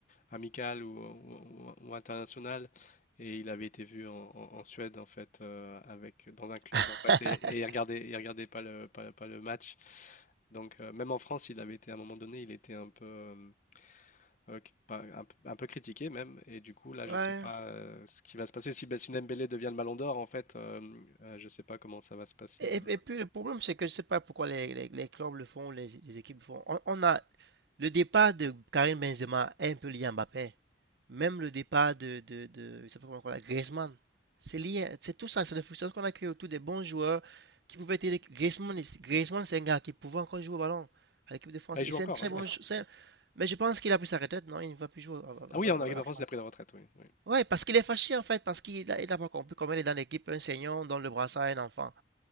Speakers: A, on the left (about 45°); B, on the right (about 60°).
A: amical ou, ou- ou international. Et il avait été vu en, en- en Suède, en fait, euh, avec, dans un club,
B: <laughs>
A: en fait, et, et il regardait, il regardait pas le, pas, le pas le match. Donc, euh, même en France, il avait été, à un moment donné, il était un peu, euh, euh, qui- pas- un, p- un peu critiqué, même. Et du coup, là,
B: Ouais.
A: je sais pas euh, ce qui va se passer. Si, Be- si Dembélé devient le Ballon d'Or, en fait, euh, euh, je sais pas comment ça va se passer.
B: Et,
A: le-
B: et- et puis le problème, c'est que je sais pas pourquoi les, les- les clubs le font, les, les équipes le font. On, on a le départ de Karim Benzema est un peu lié à Mbappé. Même le départ de, de, de il s'appelle comment encore Griezmann. C'est lié, c'est tout ça, c'est la frustration qu'on a créée autour des bons joueurs qui pouvaient être. Griezmann, Griezmann c'est un gars qui pouvait encore jouer au ballon à l'équipe de France.
A: Ah, il
B: Et
A: joue
B: c'est
A: encore,
B: un très
A: ouais.
B: bon
A: <laughs>
B: jou- Mais je pense qu'il a pris sa retraite, non? Il ne va plus jouer av-
A: Ah
B: avec
A: oui, en équipe
B: la
A: de
B: France.
A: France, il a pris la retraite, oui. oui.
B: Ouais, parce qu'il est fâché en fait, parce qu'il a, il a pas compris comment il est dans l'équipe, un senior, dans le brassard, un enfant.